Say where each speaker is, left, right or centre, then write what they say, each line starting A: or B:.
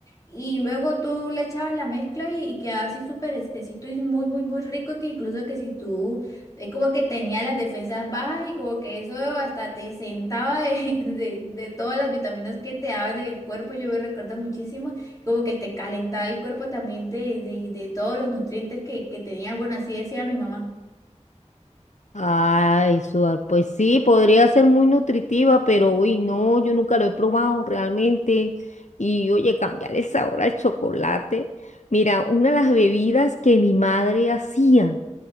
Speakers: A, on the left; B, on the left.
A: Y luego tú le echabas la mezcla y, y quedaba así súper espesito y muy, muy, muy rico, que incluso que si tú, es como que tenía las defensas bajas y como que eso hasta te sentaba de, <laughs> de, de todas las vitaminas que te daban en el cuerpo, yo me recuerdo muchísimo, como que te calentaba el cuerpo también de, de, de todos los nutrientes que, que tenía, bueno, así decía mi mamá.
B: Ay, sudar, pues sí, podría ser muy nutritiva, pero uy, no, yo nunca lo he probado realmente. Y oye, cambiar el sabor al chocolate. Mira, una de las bebidas que mi madre hacía